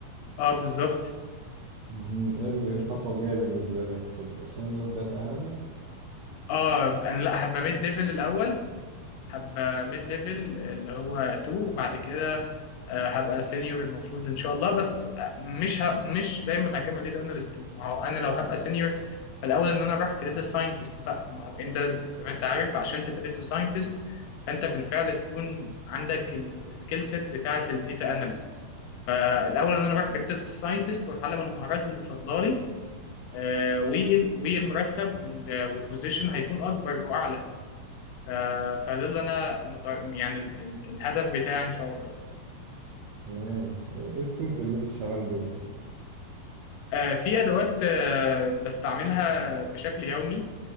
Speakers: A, on the left; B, on the right.
A: اه بالظبط
B: مهم. إيه إيه الخطوة الجاية بالنسبة لك؟ تبقى سينيور داتا أناليست
A: اه انا لا هبقى ميد ليفل الاول هابقى ميد ليفل اللي هو 2 وبعد كده آه، هبقى سينيور المفروض ان شاء الله بس آه، مش ه... مش دايما هكمل داتا اناليست ما هو انا لو هبقى سينيور فالاول ان انا اروح كداتا ساينتست بقى ما هو انت زي ما انت عارف عشان تبقى داتا ساينتست فانت بالفعل تكون عندك السكيل سيت بتاعه الداتا اناليست فالاول ان انا اروح كداتا ساينتست واتعلم المهارات اللي فاضله لي آه، وال- والمرتب وال- والبوزيشن هيكون اكبر واعلى ف- فده اللي انا مت- يعني ال- ال- الهدف بتاعي ان شاء الله
B: تمام ايه التولز اللي انت شغال بيها
A: آه، في ادوات آه، بستعملها بشكل يومي